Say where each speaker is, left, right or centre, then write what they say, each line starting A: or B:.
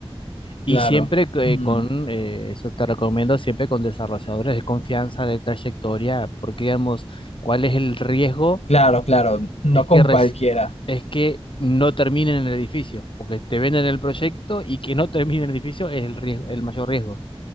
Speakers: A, on the left; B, on the left.
A: Y
B: Claro,
A: siempre que
B: Mm,
A: con, eh, eso te recomiendo, siempre con desarrolladores de confianza, de trayectoria, porque digamos, ¿cuál es el riesgo?
B: claro, claro, no
A: Es
B: con
A: que, reci-
B: cualquiera.
A: es que no terminen en el edificio, porque te venden el proyecto y que no termine en el edificio es el riesgo, el mayor riesgo.